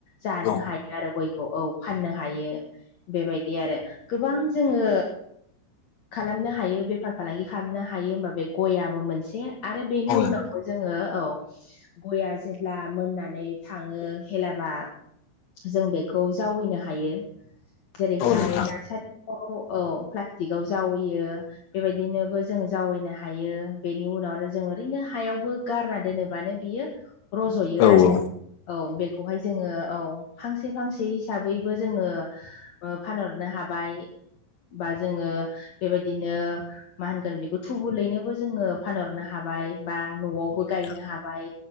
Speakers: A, on the left; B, on the left.
A: जानो
B: औ
A: हायो आरो गय खौ औ फाननो हायो बेबायदि आरो गोबां जोङो खालामनो हायो बेफार फालांगि खालामनो हायो होमबा बे गयाबो मोनसे आरो बेनि
B: औ नोंथां औ नोंथां
A: उनाव जोङो औ गया जेब्ला मोननानै थाङो हेलाबा जों बेखौ जावैनो हायो। जेरैहाय
B: औ नोंथां
A: नार्सारियाव औ प्लास्टिकआव जावैयो बेबायदिनोबो जों जावैनो हायो बेनि उनाव आरो जों ओरैनो हायावबो गारना दोनोबानो बियो रज'यो
B: औ औ
A: आरो औ बेखौहाय जोङो औ फांसे फांसे हिसाबैबो जोङो ओ फानहरनो हाबाय। बा जोङो बेबायदिनो मा होनगोन बेखौ थुबुलैनोबो जोङो फानहरनो हाबाय। बा न'आवबो
B: औ नोंथां
A: गायनो हाबाय